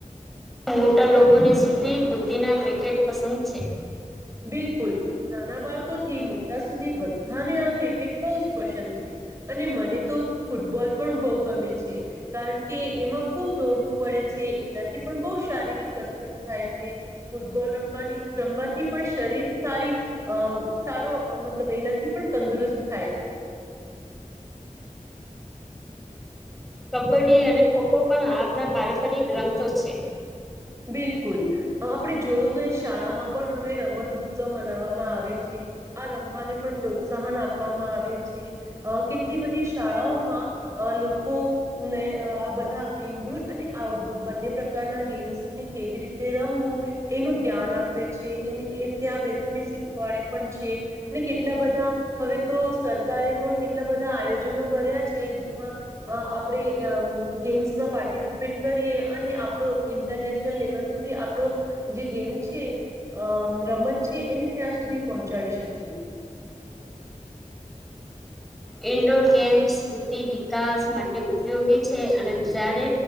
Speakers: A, in the centre; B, on the right.
A: મોટા લોકોની સુધી બુદ્ધિના ક્રિકેટ પસંદ છે.
B: બિલકુલ નાના બાળકોથી મુદ્દા સુધી બધાને આ ક્રિકેટ બહુ જ પસંદ છે, અને મને તો ફૂટબોલ પણ બહુ ગમે છે, કારણ કે એમાં ખૂબ દોડવું પડે છે, એનાથી પણ બહુ શારીરિક કસરત થાય છે, ફૂટબોલ રમવાની રમવાથી. પણ શરીર સારી અ સારો મતલબ એનાથી પણ તંદુરસ્ત થાય છે.
A: કબડ્ડી અને ખોખો પણ આપણા પારંપરિક રંમતો છે
B: બિલકુલ આપણે જોવ શાળામાં પણ હવે રમત ઉત્સવ મનાવવામાં આવે છે. આ રમવાને પણ પ્રોત્સાહન આપવામાં આવે છે કેટલી બધી શાળાઓમાં લોકો ને આ બધા ઈન્ડોર અને આઉટડોર બંને પ્રકારના ગમ્ કેવી રીતે રમવું એનું જ્ઞાન આપે છે, એ એ ત્યાં બેસીને શીખવાડે પણ છે, ને કેટલા બધા હવે તો સરકારે પણ કેટલા બધા આયોજનો કર્યા છે, જેમાં આપણેે ગેમ્સમાં પાર્ટિસિપેટ કરીએ અને આપણો. ઇન્ટરનેશનલ લેવલ સુધી આપણો જે ગેમ છે, રમત છે, એને ત્યાં સુધી પહોંચાડી શકીએ.
A: ઇન્ડોર ગેમ્સ બુદ્ધિ વિકાસ માટે ઉપયોગી છે, અને જ્યારે